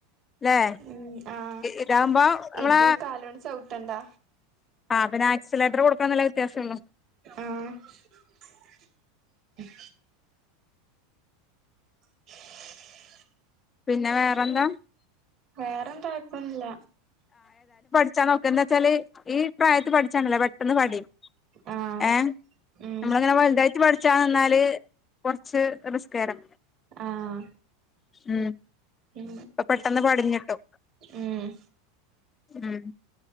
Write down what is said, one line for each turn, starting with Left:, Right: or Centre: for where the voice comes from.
Left: അല്ലെ
Right: ഉം ആഹ്
Left: ഇതാകുമ്പം നമ്മള
Right: ഇത് കാലോണ്ട് ചവിട്ടണ്ടാ
Left: ആ പിന്നെ ആക്സിലേറ്റർ കൊടുക്കന്ന്ള്ള വ്യത്യാസംള്ളു
Right: ആഹ് <unintelligible> <inaudible>
Left: പിന്നെ വേറെന്താ
Right: വേറെന്താ ആക്കുന്നില്ല
Left: പഠാ നോക്ക എന്താച്ചാല് ഈ പ്രായത്തിൽ പഠിച്ചാണ്ടല്ലോ പെട്ടെന്ന് പഠിയും
Right: ആഹ്
Left: ഏഹ്
Right: ഉം
Left: നമ്മള് അങ്ങ്നെ വുലുതായിട്ട് പഠിച്ചാന്നാല് കുറച്ച് റിസ്കേരം
Right: ആഹ്
Left: ഉം
Right: ഉ
Left: ഇപ്പൊ പെട്ടെന്ന് പടിഞ്ഞിട്ടും
Right: ഉം
Left: ഉം